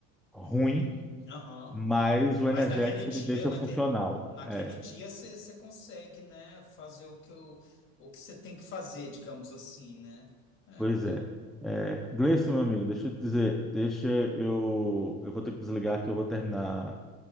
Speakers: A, in the centre; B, on the left (about 35°).
A: ruim,
B: Hum, Aham.
A: mas o
B: Mas
A: energético
B: naquele dia,
A: me deixa
B: naque,
A: funcional.
B: naquele
A: É,
B: dia você você consegue, né, fazer o que o, o que você tem que fazer, digamos assim, né? É,
A: pois
B: então,
A: é. É, Gleison, meu amigo, deixa eu te dizer, deixa eu eu vou ter que desligar que eu vou terminar